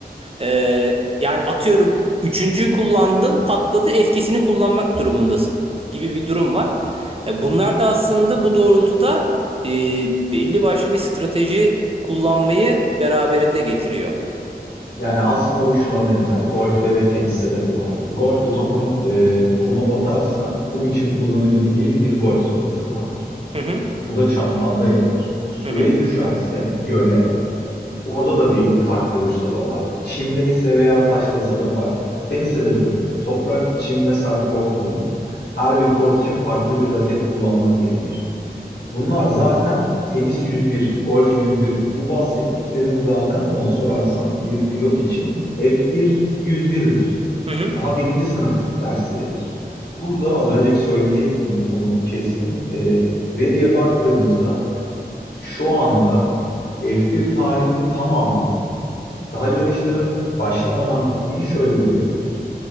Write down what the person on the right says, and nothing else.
Ee, yani atıyorum üçüncüyü kullandın patladı eskisini kullanmak durumundasın gibi bir durum var. E, bunlar da aslında bu doğrultuda e, belli başlı bir strateji kullanmayı beraberinde getiriyor.
Hı hı,
hı hı,
hı hı.